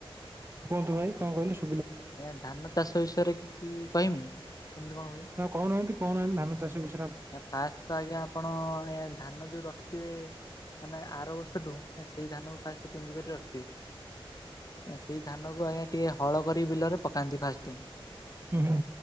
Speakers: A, on the right; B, on the left.
A: କୁହନ୍ତୁ ଭାଇ କଣ କହିଲେ ଶୁ
B: ଏ ଧାନ ଚାଷ ବିଷୟରେ କିଛି କହିମି? କେମିତି କଣ ହୁଏ
A: ହଁ କହୁ ନାହାନ୍ତି କହୁ ନାହାନ୍ତି ଧାନ ଚାଷ ବିଷୟ
B: ଫାଷ୍ଟ ତ ଆଜ୍ଞା ଆପଣ ଧାନ ଯୋଉ ରଖିଥିବେ ମାନେ ବର୍ଷଠୁ ସେଇ ଧାନ ଫାଷ୍ଟ ପୁଞ୍ଜି କରି ରଖିଥିବେ ସେଇ ଧାନକୁ ଆଜ୍ଞା ଟିକେ ହଳ କରି ବିଲରେ ପକାନ୍ତି ଫାଷ୍ଟେ
A: ହୁଁ ହୁଁ।